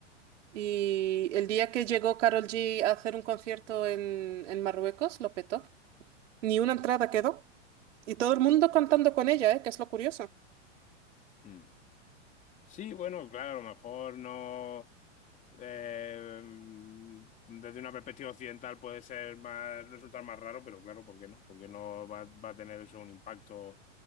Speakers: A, on the right; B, on the left.
A: Y el día que llegó Carol G a hacer un concierto en, en Marruecos, lo petó. Ni una entrada quedó. Y todo el mundo cantando con ella, ¿eh? Que es lo curioso.
B: Hmm. Sí, bueno, claro, a lo mejor no. eh, desde una perspectiva occidental puede ser más, resultar más raro, pero claro, ¿por qué no? Porque no va, va a tener eso un impacto